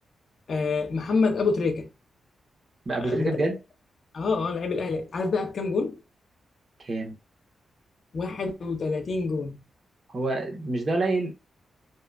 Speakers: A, on the left; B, on the right.
A: آه محمد ابو تريكه
B: بقى ابو تريكه
A: بتاع
B: بجد
A: اه اه لعيب الاهلي عارف بقى بكام جون
B: كام
A: 31 جون
B: هو مش ده قليل